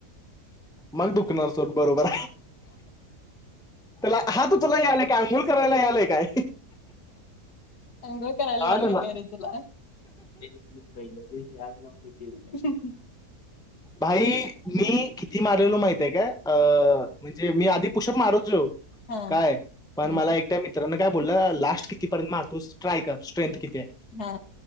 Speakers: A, in the centre; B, on the left.
A: मग दुखणार सोड. बरोबर. त्याला हात उचलायला यालाय काय? अंघूळ करायला यालाय काय?
B: आंघोळ करायला
A: हा
B: यायलय
A: ना ना.
B: काय रे तुला? एक पहिल्या दिवशी हम्म हम्म.
A: भाई मी किती मारलेल माहित आहे का? अ म्हणजे मी आधी पुशअप्स मारत जो
B: हा
A: काय पण
B: हा
A: मला एकट्या मित्रांन काय बोलला लास्ट कितीपर्यंत मारतोस ट्राय कर स्ट्रेंथ कि ते
B: हा